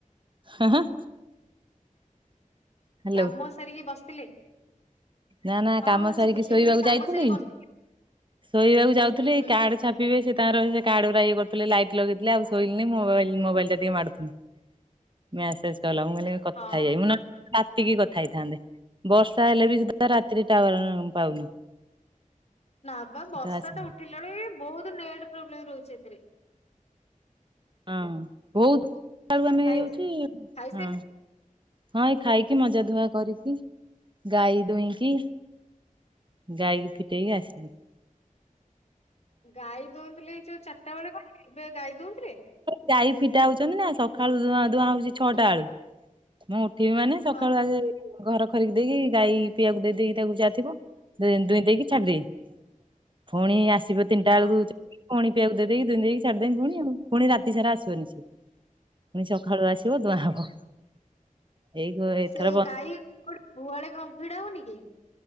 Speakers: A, on the right; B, on the left.
A: ହାଁ ହାଁ। ହ୍ୟାଲୋ
B: କାମ ସାରିକି ବସିଥିଲେ?
A: ନା ନା
B: ହଁ
A: କାମ
B: ହଁ
A: ସାରିକି
B: ଶୁଭୁଛି
A: ଶୋଇବାକୁ
B: ମୁଁ କହିଲି କାମ
A: ଯାଇଥିଲି
B: ସାରି ବସିଥିଲି
A: ଶୋଇବାକୁ ଯାଉଥୁଲି ଏଇ
B: ହୁଁ
A: କାଡ ଛା ପିବେ ସିଏ ତାଙ୍କର ସେ କାଡଉରା ଇଏ କରୁଥିଲେ ଲାଇଟ ଲଗେଇଥିଲେ ଆଉ ଶୋଇଲିନେଇଁ ମୋବାଇଲ ମୋବାଇଲଟା ଟିକେ ମାରୁୁଥିନି। ମ୍ୟାସେଜ୍ କଲା ମୁଁ କଇଲି କଥା
B: ହଁ।
A: ହେଇଆଇ ମୁଁ ନ ରାତିକି କଥା ହେଇଥାନ୍ତେ ବର୍ଷ୍ ତାହେଲେ ବି ସୁଧା ରାତିରେ ଟାୱାର ଉଁ ପାଉନି।
B: ନା ପା
A: ସୁଧା
B: ବର୍ଷା
A: ଆସିନି
B: ଟା ଉଠିଲା ବେଳେ ଏ ବହୁତ ନେଟ ପ୍ରୋବ୍ଲେମ ରହୁଛି ଏଥିରେ।
A: ହଁ ବହୁତ <unintelligible> ଆମେ
B: ଖାଇ
A: ହଉଚି
B: ଖାଇସାରିଲେଣି
A: ହଁ। ହଁ ଏଇ ଖାଇକି ମଜା ଧୁଆ କରିକି ଗାଈ ଦୁଇଁକି। ଗାଈକି ଫିଟେଇକି ଆସିନି।
B: ଗାଈ ଦୁଉଁଥିଲେ ଏଇ ଯୋଉ ଚାରିଟା ବେଳେ କଣ ଏବେ ଗାଈ ଦୁଉଁଥିଲେ?
A: ଗାଈ ଫିଟା ହଉଛନ୍ତି ନା ସକାଳୁ ଧୁଆ ଧୁଆଁ ହଉଛି ଛଅଟା ବେଳୁ। ମୁଁ ଉଠିବି ମାନେ ସକାଳୁ
B: ହଁ
A: ଆଗେ। ଘର ଖରିକି ଦେଇକି ଗାଈ ପିଇବାକୁ ଦେଇ ଦେଇକି ତାକୁ ଯାଇଥିବ ଦୁଇଁ ଦୁଇଁ ଦେଇକି ଛାଡିଦେଇ। ଫୁଣି ଆସିବ ତିନିଟା
B: ହଁ।
A: ବେଳକୁ ଚ ପୁଣି ପିଇବାକୁ ଦେଇ ଦେଇକି ଦୁଇଁ ଦେଇକି ଛାଡି ଦେମି ପୁଣି ଆଉ। ପୁଣି ରାତି ସାରା ଆସିବନି ସେ ପୁଣି ସକାଳୁ ଆସିବ ଦୁଆଁ ହବ। ଏଇ ଏଥର
B: ସେ ଗାଈ <inaudible> ଗୁହାଳେ କଣ ଭିଡା ହଉନି କି?